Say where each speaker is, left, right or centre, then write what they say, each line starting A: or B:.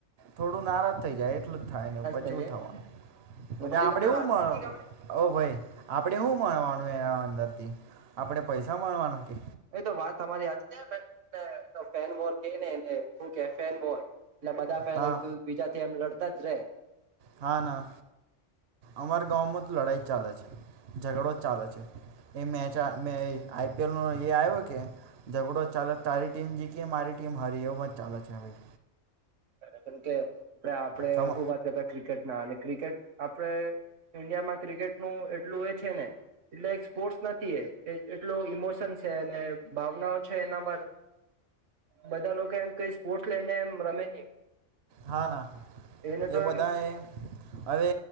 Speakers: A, on the right; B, on the right.
A: થોડું નારાજ થઈ જાય એટલું જ થાય ને પચીવું
B: થઈ જાય
A: થવાનું બા
B: પછી
A: આપડે
B: તમને
A: એવું
B: હાર્દિક નહી ગમે
A: ઓ ભાઈ. આપણે શું મળણવાનું એના અંદરથી આપણે પૈસા માણવાના કે
B: એ તો વાત તમારી હજ. તો ફેન મોર કે ને એને ઓકે ફન બોર. એટલે બધા ફેન
A: હા
B: એક બીજા એમ લડ. દે.
A: હા ના અમારા ગામમાં તો લડાઈ ચાલે છે ઝઘડો ચાલે છે. એ મેચ મે આઈપીએલનો એ આવ્યો કે ઝઘડો ચાલલે તારી ટીમ જીતી મારી ટીમ હરી એવું પણ ચાલે છે ભાઈ.
B: કેમ કે એલે આપડે
A: તમ
B: શું વાત કરતા ક્રિકેટ. ના અને ક્રિકેટ આપે ઈન્ડિયામાં ક્રિકેટ નું એટલું એ છે ને એટલે એક સ્પોર્ટ્સ નથી એ એટલો ઈમોશન છે ભાવનાઓ છે એના પર બધા લોકો એમ કઈ સ્પોર્ટ્સ લઈને એમ રમે નહી.
A: હા ના
B: એને તો
A: એ બધા
B: એમ
A: હવે